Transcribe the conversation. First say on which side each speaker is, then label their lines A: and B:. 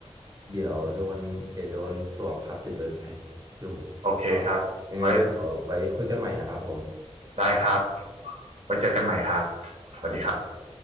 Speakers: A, on the right; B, on the right.
A: เดี๋ยวโดนเดี๋ยวโดนสวบครับเดี๋ยวโดนแฟนดู
B: โอเคครับไว้
A: ก็ยังไงเดี๋ยวเอาไว้คุยกันใหม่นะครับผม
B: ได้ครับไว้เจอกันใหม่ครับสวัสดีครับ